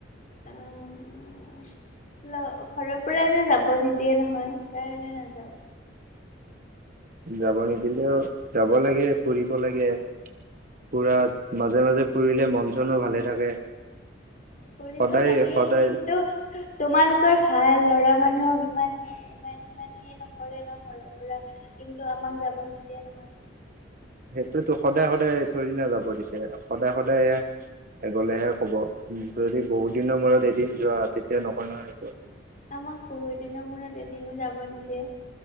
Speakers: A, on the left; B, on the right.
A: অ ঘৰৰ পৰা যে যাব নিদিয়ে নহয় কাৰণে নাযাও
B: যাব নিদিলেও যাব লাগে ফুৰিব লাগে ফুৰাত মাজে মাজে ফুৰিলে মন চনো ভালে থাকে
A: কৰিব
B: সদায়
A: লাগে
B: সদায়
A: কিন্তু তোমালোকৰ ভাল লৰা মানুহক ইমান স ই ইমান সেই নকৰে ন ঘৰৰ পৰা কিন্তু আমাক যাব নিদিয়ে নহয়
B: সেইটোতো সদায় সদায় থৰেনা যাব দিছে সদায় সদায়হে গলেহে কব যদি বহুত দিনৰ মূৰত এদিন যোৱা তেতিয়া নকয় নহয় সেইটো
A: আমাক বহুদিনৰ মূৰত এদিনো যাব নিদিয়ে